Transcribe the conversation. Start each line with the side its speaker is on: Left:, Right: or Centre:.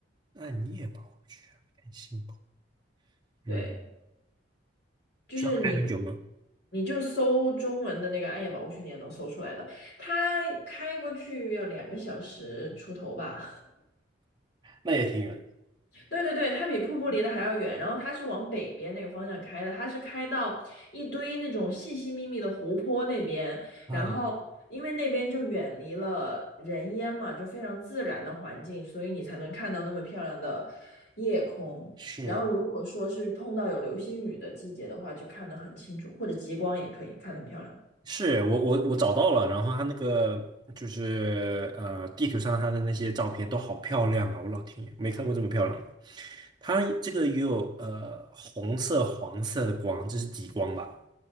Right: 那你也跑不去，很辛苦。嗯，
Left: 对，就是你，
Right: 需要开很久吗？
Left: 你就搜中文的那个暗夜保护区，你也能搜出来的。它开过去要两个小时出头吧。
Right: 那也挺远
Left: 对对对，它比瀑布离得还要远，然后它是往北边那个方向开的，它是开到一堆那种细细密密的湖泊那边，
Right: 的。
Left: 然后因为那边就远离了人烟嘛，
Right: 啊，
Left: 就非常自然的环境，所以你才能看到那么漂亮的夜空。
Right: 是
Left: 然后如果说是碰到有流星雨的季节的话，就看得很清楚，或者极光也可以看得很漂亮。
Right: 是，我我我找到了，然后他那个就是呃，地图上他的那些照片都好漂亮啊！我老天爷，没看过这么漂亮的。它这个也有呃红色、黄色的光，这是极光吧？